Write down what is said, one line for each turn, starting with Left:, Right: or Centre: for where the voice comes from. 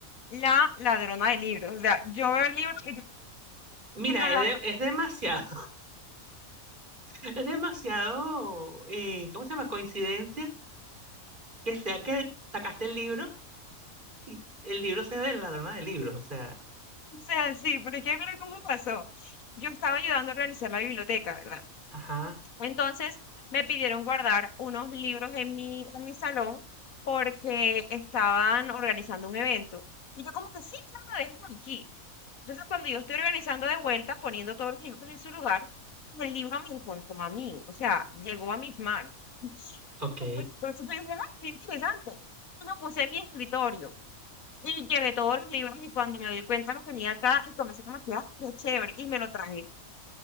Left: La ladrona de libros. O sea, yo veo el libro y <laughs>
Right: Mira,
Left: me lo agarro.
Right: es, de- es demasiado, <laughs> es demasiado, eh, ¿cómo se llama? Coincidencia que sea que sacaste el libro y el libro sea de la ladrona de libros, o sea,
Left: O sea, sí, pero es que mira cómo pasó. Yo estaba ayudando a organizar la biblioteca, ¿verdad?
Right: ajá,
Left: Entonces me pidieron guardar unos libros en mi, en mi salón porque estaban organizando un evento. Y yo como que sí, claro, déjenlos aquí. Entonces cuando yo estoy organizando de vuelta, poniendo todos los libros en su lugar, el libro me encontró a mí, o sea, llegó a mis manos. <laughs>
Right: ok.
Left: Por eso te dije, "Ah, qué interesante. Yo lo puse en mi escritorio y llevé todos los libros y cuando me doy cuenta los tenía acá y comencé como que, ah, qué chévere, y me lo traje.